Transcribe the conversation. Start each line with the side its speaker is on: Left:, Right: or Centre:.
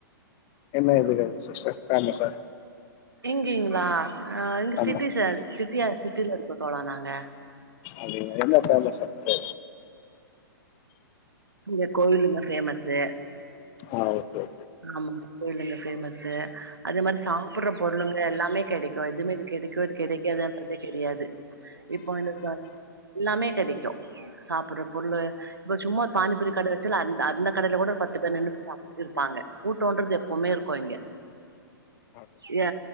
Left: என்ன எதுக்குது சிஸ்டர் பேமஸா
Right: இங்கீங்களா அ இங்க
Left: ஆமா
Right: சிட்டிஸ்ச சிட்டியா சிட்டில இருக்கோ தோழா நாங்க
Left: அது என்ன பேமஸ் அங்குட்டு
Right: இங்க கோவிலுங்க பேமஸ்சு
Left: ஆ ஓகே
Right: ஆமா கோயிலுங்க பேமஸ்ஸு அது மாதிரி சாப்டுற பொருளுங்க எல்லாமே கெடைக்கு எதுமே இது கெடைக்கு கெடைக்காதுன்றதே கெடையாது இப்போ இந்த ச எல்லாமே கெடைக்கு சாப்புட்ற பொருளு இப்ப சும்மா ஒரு பானிபூரி கடை வச்சாலே அந்த அந்த கடைல கூட ஒரு பத்து பேர் நின்னு சாப்ட்டுருப்பாங்க கூட்டோன்றது எப்பமே இருக்கு இங்க
Left: ஆ
Right: ஏ